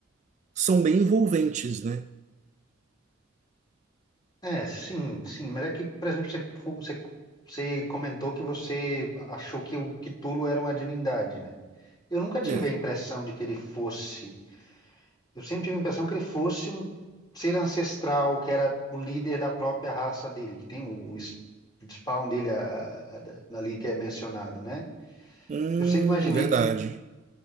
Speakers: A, on the right (about 35°); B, on the left (about 20°).
A: são bem envolventes, né?
B: É, sim, sim, mas é que, por exemplo, você, você, você comentou que você achou que o Cthulhu era uma divindade, né? Eu nunca tive
A: É.
B: a impressão de que ele fosse. Eu sempre tive a impressão que ele fosse um ser ancestral, que era o líder da própria raça dele, que tem o, es- o spawn dele a- a- a- ali que é mencionado, né?
A: Hum,
B: Eu sempre imaginei
A: verdade.
B: que,